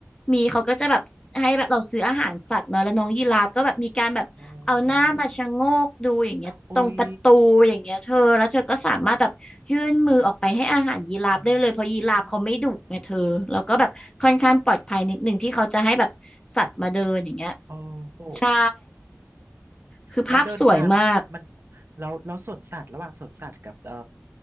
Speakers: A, on the left; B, on the right.
A: มีเขาก็จะแบบให้แบบเราซื้ออาหารสัตว์เนอะแล้วน้องยีราฟก็แบบมีการแบบเอาหน้ามาชะโงกดูอย่างเงี้ยตรงประตูอย่างเงี้ยเธอแล้วเธอก็สามารถแบบยื่นมือออกไปให้อาหารยีราฟได้เลยเพราะยีราฟเขาไม่ดุไงเธอแล้วก็แบบค่อนข้างปลอดภัยนิดหนึ่งที่เขาจะให้แบบสัตว์มาเดินอย่างเงี้ย
B: โอ้ยโอ้ยอืมโอ้โห
A: ใช่คือภาพสวยมาก
B: แล้วเดินทางมันแล้วแล้วสวนสัตว์ระหว่างสวนสัตว์กับเอ่อ